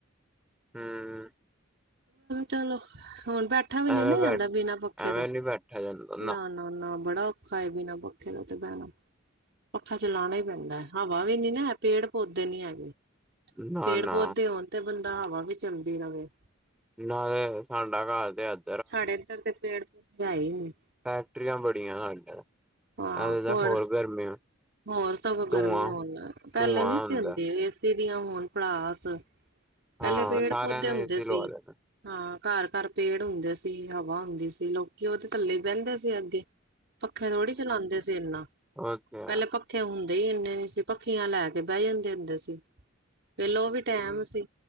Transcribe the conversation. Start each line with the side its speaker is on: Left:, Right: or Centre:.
Centre: ਹਿ -ਹੀ
Right: ਚਲੋ ਹੁਣ ਬੈਠਾ ਵੀ ਨੀ
Centre: ਐਵੇਂ
Right: ਨਾ ਜਾਂਦਾ,
Centre: ਬੈਠ
Right: ਬਿਨਾਂ ਪੱਖੇ
Centre: ਐਵੇਂ
Right: ਤੋਂ
Centre: ਨੀ ਬੈਠਾ ਜਾਂਦਾ
Right: ਨਾ- ਨਾ ਨਾ ਬੜਾ ਔਖਾ ਏ ਬਿਨਾ ਪੱਖੇ ਦਾ ਤੇ ਬੈਣਾ ਪੱਖਾ ਚਲਾਉਣਾ ਹੀ ਪੈਂਦਾ ਹਵਾ ਵੀ ਨੀ ਨਾ ਪੇੜ ਪੌਦੇ ਨੀ ਹੈਗੇ
Centre: ਨਾ
Right: ਪੇੜ
Centre: ਨਾ
Right: ਪੌਦੇ ਹੋਣ ਤੇ ਬੰਦਾ ਹਵਾ ਵੀ ਚੱਲਦੀ ਰਹੇ
Centre: ਨਾਲੇ ਸਾਡਾ ਘਰ ਤੇ ਅੱਜ
Right: ਸਾਡੇ ਇੱਧਰ ਤੇ ਪੇੜ ਪੌਦੇੇ ਹੈ ਨੀ
Centre: ਫੈਕਟਰੀਆਂ ਬੜੀਆਂ ਇਧਰ
Right: ਹਾਂ
Centre: ਅਜੇ ਤਾਂ
Right: ਹੁਣ
Centre: ਹੋਰ ਗਰਮੀ
Right: ਹੋਰ ਸਗੋਂ ਗਰਮੀ
Centre: ਧੂੰਆਂ
Right: ਹੋਣ ਲਗ ਪਹਿਲੇ
Centre: ਧੂੰਆਂ
Right: ਨੀ ਸੀ,
Centre: ਹੁੰਦਾ
Right: ਹੁੰਦੀ ਏਸੀ ਹੋਣ ਭੜਾਸ ਪਹਿਲੇ
Centre: ਹਾਂ
Right: ਪੇੜ
Centre: ਸਾਰਿਆਂ
Right: ਪੌਦੇ
Centre: ਨੇ
Right: ਹੁੰਦੇ
Centre: ਏਸੀ ਲਵਾ
Right: ਸੀ
Centre: ਲੈਣਾ
Right: ਹਾਂ ਘਰ- ਘਰ ਪੇੜ ਹੁੰਦੇ ਸੀ, ਹਵਾ ਹੁੰਦੀ ਸੀ, ਲੋਕੀ ਉਹਦੇ ਥੱਲੇ ਹੀ ਬਹਿੰਦੇ ਸੀ ਅੱਗੇ ਪੱਖੇ ਥੋੜ੍ਹੀ ਚਲਾਉਂਦੇ ਸੀ ਇਨਾ
Centre: ਓਕੇ
Right: ਪਹਿਲੇ ਪੱਖੇ ਹੁੰਦੇ ਹੀ ਇੰਨੇ ਨੀ ਸੀ, ਪੱਖੀਆਂ ਲੈ ਕੇ ਬਹਿ ਜਾਂਦੇ ਹੁੰਦੇ ਸੀ ਪਹਿਲਾਂ ਉਹ ਵੀ ਟੈਮ ਸੀ